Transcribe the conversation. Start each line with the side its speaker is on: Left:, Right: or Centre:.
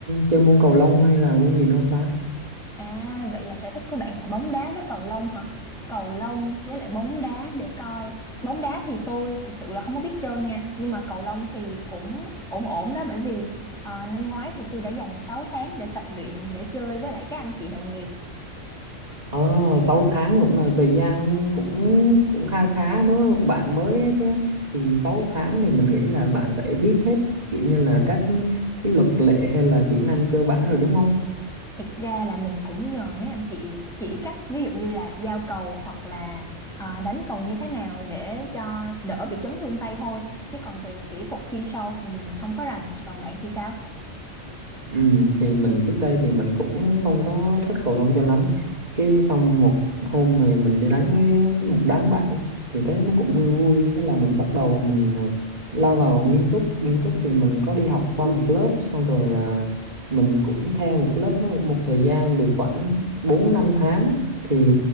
Right: chơi môn cầu lông hay là môn gì nữa không ta
Centre: à vậy là sở thích của bạn là bóng đá với cầu lông hả? Cầu lông với lại bóng đá để coi. Bóng đá thì tôi thực sự là không có biết chơi nha, nhưng mà cầu lông thì cũng ổn ổn đó bởi vì ờ, năm ngoái thì tôi đã dành 6 tháng để tập luyện để chơi với lại các anh chị đồng nghiệp
Right: Ờ, 6 tháng cũng là thời gian cũng cũng kha khá đúng không? Bạn mới ấy chứ. Thì 6 tháng thì mình nghĩ là bạn phải biết hết kiểu như là các cái luật lệ hay là kỹ năng cơ bản rồi đúng không?
Centre: Thật ra là mình cũng nhờ mấy anh chị chỉ cách ví dụ như là giao cầu hoặc là à, đánh cầu như thế nào để cho đỡ bị chấn thương tay thôi. Chứ còn về kỹ thuật chuyên sâu thì mình không có rành. Còn bạn thì sao?
Right: Ừ, thì mình trước đây thì mình cũng không có thích cầu lông cho lắm cái xong một hôm này mình đi đánh với một đám bạn thì thấy nó cũng vui vui thế là mình bắt đầu mình à, lao vào nghiêm túc nghiêm túc thì mình có đi học qua một lớp xong rồi là mình cũng theo một lớp nó một, một thời gian được khoảng 4 5 tháng thì